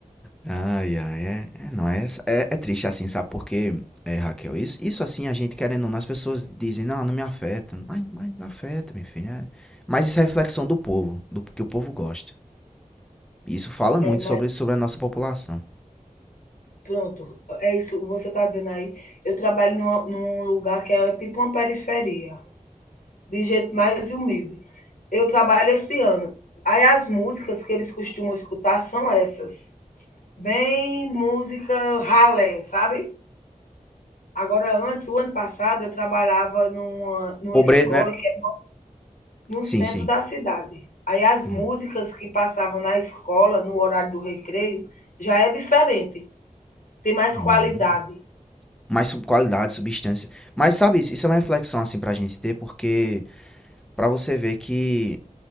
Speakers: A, in the centre; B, on the left.
A: Ai, ai, é, é, não, é, é, é triste assim, sabe? Porque, é, Raquel, isso, isso assim, a gente querendo, ou não, as pessoas dizem, não, não me afeta, mas, mas afeta, meu filho, é. Mas isso é reflexão do povo, do que o povo gosta. E isso fala muito
B: é, mas
A: sobre, sobre a nossa população.
B: pronto, é isso que você está dizendo aí. Eu trabalho numa- num lugar que é tipo uma periferia. de gente mais humilde. Eu trabalho esse ano. Aí as músicas que eles costumam escutar são essas. Bem música ralé, sabe? Agora, antes, o ano passado, eu trabalhava numa, numa
A: Pobre,
B: escola
A: né?
B: que é no
A: Sim,
B: centro
A: sim.
B: da cidade. Aí as
A: Hum,
B: músicas que passavam na escola, no horário do recreio, já é diferente. Tem mais
A: hum.
B: qualidade.
A: Mais sub- qualidade, substância. Mas, sabe, isso isso é uma reflexão assim pra gente ter, porque pra você ver que